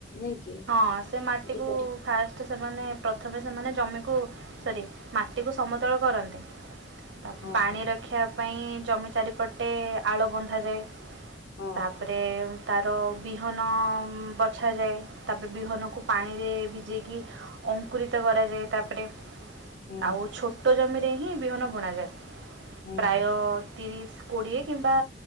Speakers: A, on the left; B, on the right.
A: ନାଇଁ କି।
B: ହଁ ସେ ମାଟିକୁ
A: ଅଧିକ ଟିକେ
B: ଫାଷ୍ଟ ସେମାନେ ପ୍ରଥମେ ସେମାନେ ଜମିକୁ ସରି ମାଟିକୁ ସମତଳ କରନ୍ତି। ତା
A: ହଁ
B: ପାଣି
A: ହଁ
B: ରଖିବା ପାଇଁ ଜମି ଚାରିପଟେ ଆଳ ବନ୍ଧାଯାଏ।
A: ହଁ
B: ତାପରେ
A: ହଁ
B: ତାର ବିହନ ବଛ ଯାଏ। ତାପରେ ବିହନକୁ ପାଣିରେ ଭିଜେଇକି ଅଙ୍କୁରିତ କରାଯାଏ। ତାପରେ
A: ହୁଁ
B: ଆଉ ଛୋଟ ଜମିରେ ହିଁ ବିହନ ବଣାଯାଏ।
A: ହୁଁ।
B: ପ୍ରାୟତଃ ତିରିଶ କୋଡ଼ିଏ କିମ୍ବା